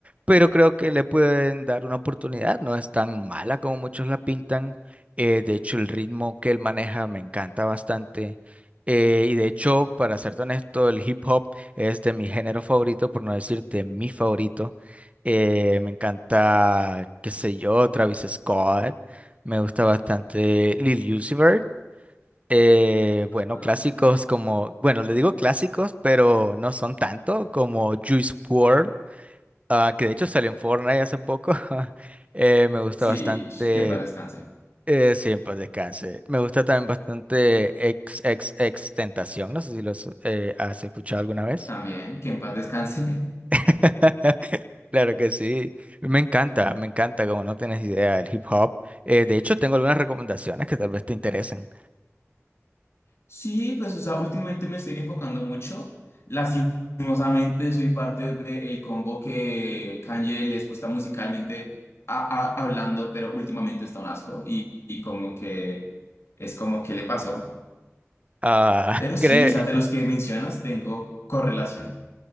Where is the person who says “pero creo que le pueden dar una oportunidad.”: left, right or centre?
Right